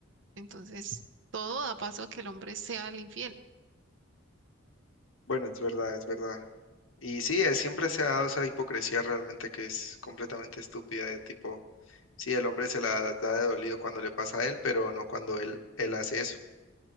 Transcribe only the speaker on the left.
Bueno, es verdad, es verdad. Y sí, eh, siempre se ha dado esa hipocresía realmente que es completamente estúpida de tipo, sí, el hombre se la da de dolido cuando le pasa a él, pero no cuando él, él hace eso.